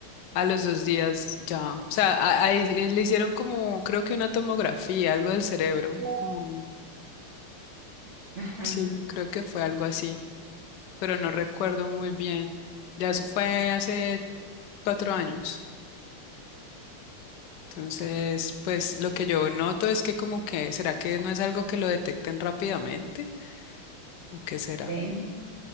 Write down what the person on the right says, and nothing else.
No.
Ajá,
¿ve?